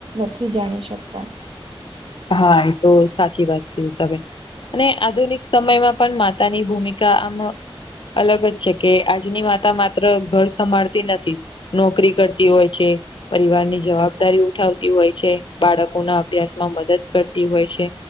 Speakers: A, on the right; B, on the left.
A: નથી જાણી શકતા.
B: હા એ તો સાચી વાત કીધી તમે. અને આધુનિક સમયમાં પણ માતા તાની ભૂમિકા આમ અલગ જ છે કે આજની માતા માત્ર ઘર સંભાળતી નથી. નોકરી કરતી હોય છે. પરિવારની જવાબદારી ઉઠાવતી હોય છે. બાળકોના અભ્યાસમાં મદદ કરતી હોય છે.